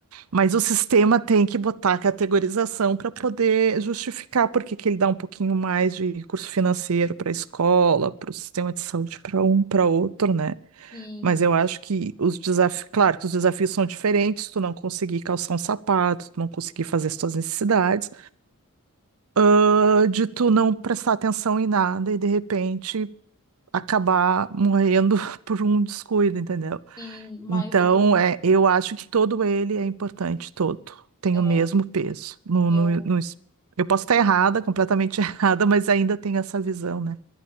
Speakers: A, on the right; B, on the left.
A: Mas o sistema tem que botar a categorização para poder justificar por que que ele dá um pouquinho mais de recurso financeiro para a escola, para o sistema de saúde, para um, para outro, né?
B: Sim,
A: Mas eu acho que os desafios, claro que os desafios são diferentes, tu não conseguir calçar um sapato, tu não conseguir fazer as tuas necessidades, ah, de tu não prestar atenção em nada e de repente acabar morrendo <laughs> por um descuido, entendeu?
B: sim, mas
A: Então,
B: eu,
A: é, eu acho que todo ele é importante, todo. Tem
B: é,
A: o mesmo peso. No,
B: eu
A: no, no es- eu posso estar errada, completamente <laughs> errada, mas ainda tenho essa visão, né?